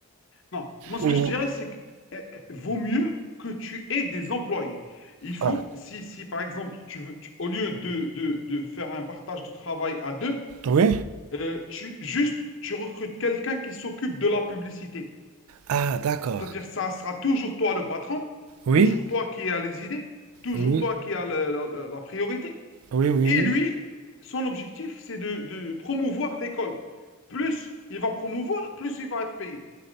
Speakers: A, on the left; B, on the right.
A: Non, moi, ce
B: Ou-
A: que je dirais, c'est que eh, eh, vaut mieux que tu aies des employés. Il faut,
B: Ah,
A: si, si par exemple, tu veux, tu- au lieu de, de, de faire un partage de travail à deux,
B: Oui.
A: euh, tu, juste, tu recrutes quelqu'un qui s'occupe de la publicité.
B: Ah, d'accord.
A: C'est-à-dire, ça sera toujours toi le patron,
B: Oui,
A: toujours toi qui as les idées, toujours
B: oui,
A: toi qui as le- la la- la priorité.
B: oui, oui,
A: Et
B: oui.
A: lui, son objectif, c'est de, de promouvoir l'école. Plus il va promouvoir, plus il va être payé.